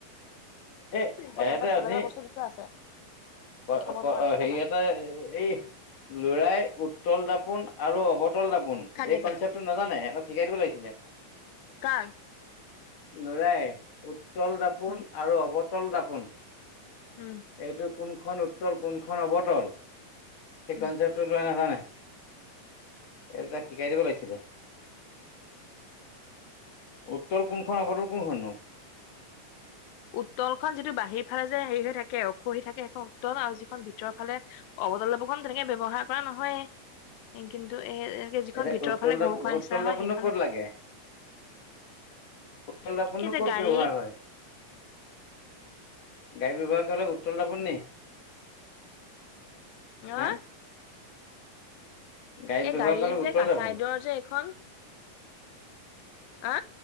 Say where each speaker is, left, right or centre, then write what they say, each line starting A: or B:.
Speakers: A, on the left; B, on the left.
A: এ
B: কথা
A: এহঁতে
B: এটা বলে
A: অথনি
B: এটা বস্তু দি থোৱা আছে।
A: ক
B: এই খাব
A: ক
B: নোৱাৰা নাখাবা
A: হেৰি এটা এই লৰাই উত্তল দাপোন আৰু অৱতল দাপোন
B: থাকে
A: এই
B: যে
A: কনচেপ্টটো নাজানে অলপ শিকাই দিব লাগিছিলে।
B: কাক?
A: লৰাই, উত্তল দাপোন
B: উম
A: আৰু অৱ তল দাপোন
B: উম
A: এইটো কোনখন উত্তল কোনখন অৱতল সেই
B: উম,
A: কনচেপটো তোৰ লৰাই নাজানে। এই তাক শিকাই দিব লাগিছিলে। উত্তল কোনখন অৱতল কোনখননো?
B: উত্তলখন যিটো বাহিৰ ফালে যে হেৰি হৈ থাকে অখহি থাকে সেইখন উত্তল আৰু যিখন ভিতৰৰ ফালে অৱতল দাপোনখন তেনেকে ব্যৱহাৰ কৰা নহয় এ কিন্তু এ এ যিখন
A: এতিয়া
B: ভিতৰৰ
A: উত্তল
B: ফাল
A: দাপোন
B: ঘূৰ খোৱা
A: উত্তল
B: নিচিনা
A: দাপোননো
B: হয় সেইখনে
A: ক'ত লাগে উতল দাপোননো
B: এই যে
A: ক'ত
B: গাড়ী
A: ব্যৱহাৰ হয়? গাড়ী ব্যৱহাৰ কৰিবলে উতল দাপোন নি?
B: ন
A: হা
B: আ!
A: গাড়ীত
B: এ
A: ব্যৱহাৰ
B: গাড়ী
A: কৰা উত্তল
B: যে কাছাইডৰ
A: দাপোন
B: যে এখন হা?